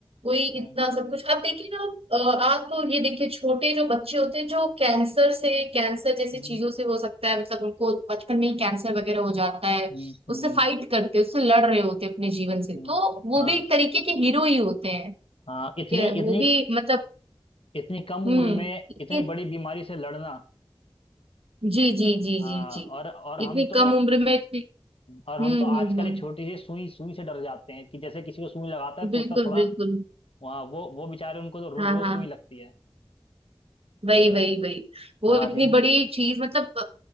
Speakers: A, on the right (about 85°); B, on the left (about 75°).
A: कोई
B: हम्म
A: इतना सब कुछ अब देखिए ना अ, आप तो ये देखिए छोटे जो बच्चे होते हैं जो कैंसर से कैंसर जैसी
B: हम्म
A: चीजों से हो सकता है मतलब उनको बचपन में ही कैंसर वगैरह हो जाता है
B: हम्म हम्म
A: उससे फाइट करते हैं उससे लड़ रहे होते हैं अपने जीवन से
B: हम्म,
A: तो वो
B: हाँ
A: भी एक तरीके के हीरो ही होते हैं
B: हाँ इतनी
A: कि
B: इतनी
A: वो भी मतलब
B: इतनी कम
A: हम्म
B: उम्र में
A: इतनी-
B: इतनी बड़ी बीमारी से लड़ना
A: जी जी जी
B: हाँ
A: जी जी
B: और और हम
A: इतनी
B: तो
A: कम उम्र में इतनी
B: और हम
A: हम्म
B: तो आजकल
A: हम्म हम्म
B: एक छोटी सी सुई सुई से डर जाते हैं कि जैसे किसी को सुई लगाता है तो
A: बिल्कुल
B: उसका थोड़ा
A: बिल्कुल
B: वहाँ वो वो बेचारे उनको तो रो,
A: हाँ
B: रोज
A: हाँ
B: सुई लगती है तो
A: वही
B: यार
A: वही वही वो
B: हाँ
A: इतनी
B: हिम
A: बड़ी चीज मतलब